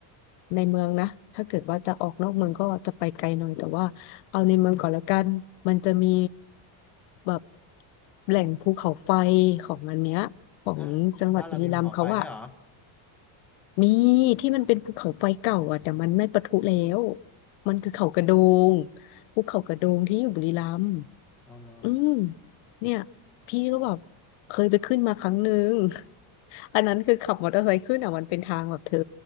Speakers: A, on the left; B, in the centre.
A: ในเมืองนะถ้าเกิดว่าจะออกนอกเมืองก็จะไปไกลหน่อยแต่ว่าเอาในเมืองก่อนแล้วกันมันจะมีแบบแหล่งภูเขาไฟของอันเนี้ยของจังหวัดบุรีรัมย์เขาอะ
B: ๆฮะบ้านเรามีภูเขาไฟด้วยเหรอ
A: มีที่มันเป็นภูเขาไฟเก่าอะแต่มันไม่ปะทุแล้วมันคือเขากระโดงภูเขากระโดงที่อยู่บุรีรัมย์
B: เอาเหรอ
A: อืมเนี่ยพี่ก็แบบเคยไปขึ้นมาครั้งหนึ่ง <laughs> อันนั้นคือขับมอเตอร์ไซค์ขึ้นอ่ะมันเป็นทางแบบเธอ